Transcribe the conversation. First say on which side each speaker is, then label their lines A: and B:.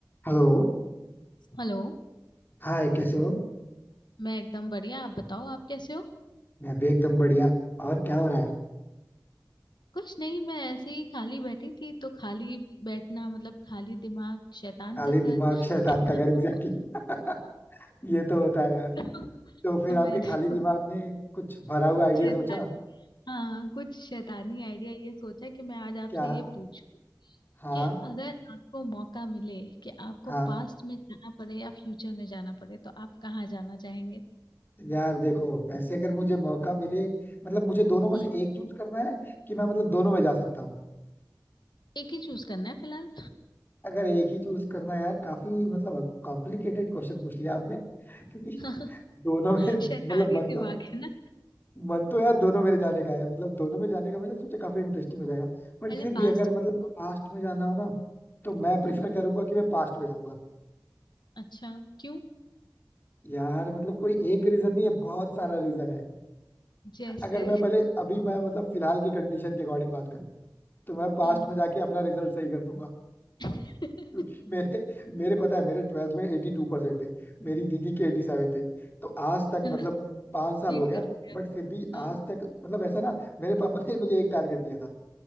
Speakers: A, on the left; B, on the left.
A: Hello
B: Hello
A: Hi कैसे हो
B: मैं एकदम बढ़िया आप बताओ आप कैसे हो
A: मैं भी एकदम बढ़िया और क्या हो रहा है
B: कुछ नहीं मैं ऐसे ही खाली बैठी थी तो खाली बैठना मतलब खाली दिमाग शैतान
A: खाली
B: का घर
A: दिमाग शैतान
B: <laughs>
A: का घर एग्जैक्टली <laughs> ये तो होता है यार
B: तो
A: तो फिर
B: मैंने
A: आपके खाली
B: तो
A: दिमाग में कुछ भरा हुआ आइडिया
B: शैतानी
A: सोचा
B: हाँ कुछ शैतानी आइडिया ये सोचा कि मैं आज आपसे
A: क्या
B: ये पूछूं
A: हाँ
B: कि अगर आपको मौका मिले कि आपको
A: हाँ
B: पास्ट में जाना पड़े या फ्यूचर में जाना पड़े तो आप कहाँ जाना चाहेंगे
A: यार देखो वैसे अगर मुझे मौका मिले मतलब मुझे दोनों में
B: हम्म
A: से एक चूज करना है कि मैं मतलब दोनों में जा सकता हूँ
B: एक ही चूज करना है फिलहाल
A: अगर एक ही चूज करना है यार काफी मतलब कॉम्प्लिकेटेड क्वेश्चन पूछ लिया आपने क्योंकि <laughs>
B: <laughs>
A: दोनों में
B: शैतानी
A: मतलब मन तो
B: दिमाग है ना
A: मन तो यार दोनों मेरे जाने का है मतलब दोनों में जाने का मैंने सोचा काफी इंटरेस्टिंग हो जाएगा बट
B: पहले
A: फिर भी
B: पास्ट
A: अगर
B: का
A: मतलब
B: बताओ
A: पास्ट में जाना हो ना तो मैं प्रेफर
B: हम्म
A: करूंगा कि मैं पास्ट में जाऊंगा
B: अच्छा क्यों
A: यार मतलब कोई एक रीजन नहीं है बहुत सारा रीजन है
B: जैसे
A: अगर मैं पहले अभी मैं मतलब फिलहाल की कंडीशन के अकॉर्डिंग बात करूं तो मैं पास्ट
B: हम्म
A: में जाके अपना रिजल्ट सही कर दूंगा
B: <laughs>
A: क्योंकि मेरे मेरे पता है मेरे ट्वेल्थ में एटी टू परसेंट थे मेरी दीदी के एटी सेवन थे तो आज तक
B: हाँ
A: मतलब पांच साल
B: रीड
A: हो गया
B: कर लिया
A: बट फिर भी आज
B: हाँ
A: तक मतलब ऐसा ना मेरे पापा ने मुझे एक टारगेट दिया था